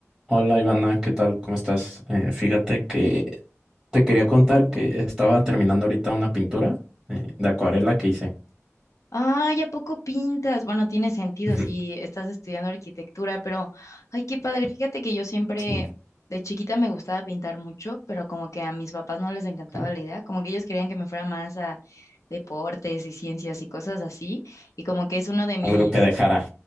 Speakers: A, in the centre; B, on the left (about 80°).
A: Hola Ivana, ¿qué tal? ¿Cómo estás? Eh, fíjate que te quería contar que estaba terminando ahorita una pintura eh, de acuarela que hice.
B: Ay, ¿a poco pintas? Bueno, tiene sentido
A: <laughs>
B: si estás estudiando arquitectura, pero ay, qué padre. Fíjate que yo siempre
A: Sí,
B: de chiquita me gustaba pintar mucho, pero como que a mis papás no les encantaba
A: sí,
B: la idea, como que ellos querían que me fuera más a deportes y ciencias y cosas así, y como que es uno de mis
A: algo que dejara.